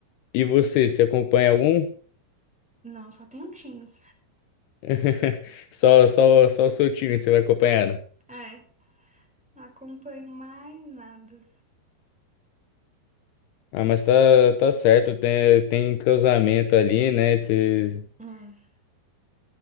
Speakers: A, on the left (about 80°); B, in the centre.
A: E você, você acompanha algum?
B: Não, só tem um time.
A: <laughs> Só, só, só o seu time você vai acompanhando.
B: É. Não acompanho mais nada.
A: Ah, mas tá, tá certo, tem, tem entrosamento ali, né? Cê-
B: É.